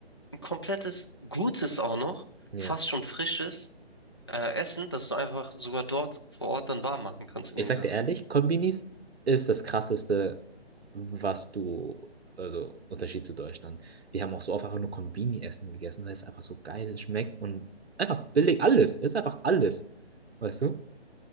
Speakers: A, on the left (about 25°); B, on the right (about 65°).
A: ein komplettes gutes auch noch,
B: ja.
A: fast schon frisches äh, Essen, das du einfach sogar dort vor Ort dann warm machen kannst in
B: Ich
A: dem
B: sag
A: Sinne.
B: dir ehrlich, Konbinis ist das Krasseste, was du, also Unterschied zu Deutschland. Wir haben auch so oft einfach nur Konbini-Essen gegessen, weil es einfach so geil schmeckt und einfach billig alles. Es ist einfach alles. Weißt du?